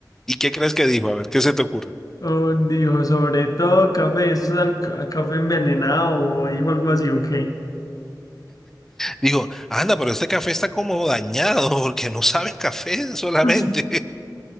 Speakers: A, in the centre; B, on the left.
A: ¿Y qué crees que dijo? A ver, ¿qué se te ocurre?
B: Oh, dijo, sobre todo café, esto es al- ca- café envenenado, o dijo algo así, ok.
A: Dijo, anda, pero este café está como dañado <laughs> porque no sabe a café solamente.
B: <laughs>